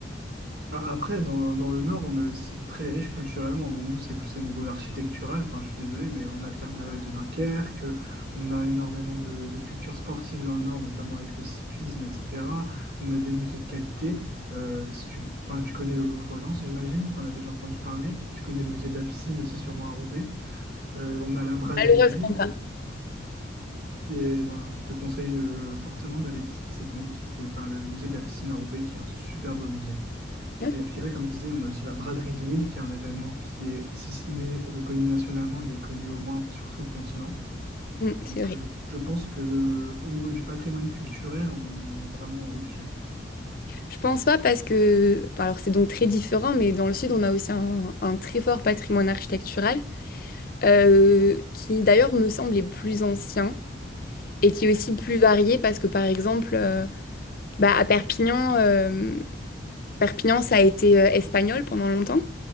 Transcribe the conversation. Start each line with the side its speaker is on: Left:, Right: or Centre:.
Right: Bah, Après, dans, dans le Nord, on est aussi très riche culturellement. Bon, nous, c'est plus au niveau architectural, enfin, je suis désolé, mais on a le carnaval de Dunkerque, on a énormément de, de culture sportive dans le Nord, notamment avec le cyclisme, etc. On a des musées de qualité. Euh, si tu, enfin, tu connais le Louvre-Lens, j'imagine, tu en as déjà entendu parler. Tu connais le musée de la piscine aussi, sûrement à Roubaix. Euh, on a la braderie
Left: Malheureusement
Right: de Lille.
Left: pas.
Right: Et ben, je te conseille euh, fortement d'aller visiter cette magnifique, euh, enfin, le, le musée de la piscine à Roubaix, qui est un super beau musée.
Left: Ok.
Right: Et puis, ouais, comme je disais, on a aussi la braderie de Lille, qui est un événement qui est, si ce n'est euh, connu nationalement, il est connu au moins sur tout le continent.
Left: Mm,
Right: Donc,
Left: c'est vrai.
Right: euh, je, je pense que euh, au niveau du patrimoine culturel, on est vraiment au-dessus.
Left: Je pense pas parce que, bon, alors c'est donc très différent, mais dans le sud, on a aussi un, un très fort patrimoine architectural. euh, qui d'ailleurs me semble est plus ancien et qui est aussi plus varié parce que par exemple euh, bah, à Perpignan, euh, Perpignan ça a été euh, espagnol pendant longtemps,